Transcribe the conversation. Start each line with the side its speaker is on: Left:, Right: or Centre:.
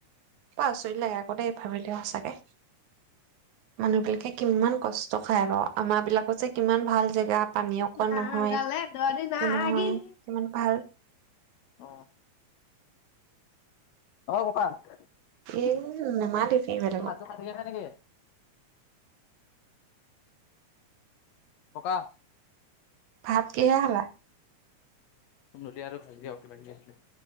Right: বৰ আচৰিত লাগে, আকৌ দেই ভাবিলে সঁচাকে। মানুহ বিলাকে কিমান কষ্ট খায় বাৰু আমাৰ বিলাকত যে, কিমান ভাল জেগাত পানী অকন
Left: নাগালেণ্ডৰ
Right: নহয়, একো
Left: দিন আহিল
Right: নহয়, ইমান ভাল।
Left: অ, অ, ক'কা তোৰ
Right: এ নেমাতিবি বেলেগক
Left: হাতটো কাটিলে নেকি? ক'কা।
Right: ভাত কিহে খালা?
Left: কুন্দুলি আৰু ভাজি আৰু কিবা-কিবি আছিলে।